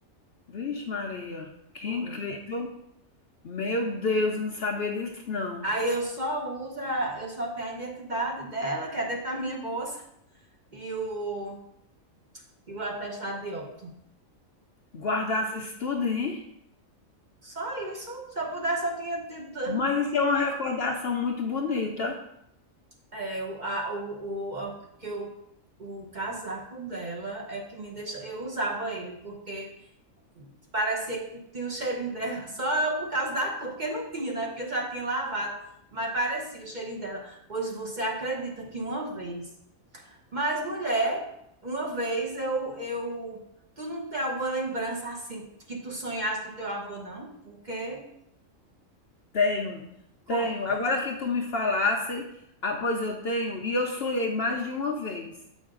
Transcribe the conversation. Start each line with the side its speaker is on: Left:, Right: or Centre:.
Left: Vixe Maria, que
Right: Foi.
Left: incrível. Meu Deus, eu não sabia disso não.
Right: Aí eu só uso, a- eu só tenho a identidade dela, que é dentro da minha bolsa, e o e o atestado de óbito.
Left: Guardasse isso tudo, hein?
Right: Só isso. Se eu pudesse, eu tinha tido.
Left: Mas isso é uma recordação muito bonita.
Right: É, o, a, o, o, que eu, o casaco dela é que me deixa. Eu usava ele, porque parecia que tinha o cheirinho dela, <laughs> só por causa da cor, porque não tinha, né? Porque já tinha lavado, mas parecia o cheirinho dela. Pois você acredita que uma vez. Mas, mulher, uma vez eu, eu. Tu não tem alguma lembrança assim que tu sonhasse do teu avô, não? Porque.
Left: Tenho,
Right: Conta.
Left: tenho. Agora que tu me falasse, ah, pois eu tenho, e eu sonhei mais de uma vez.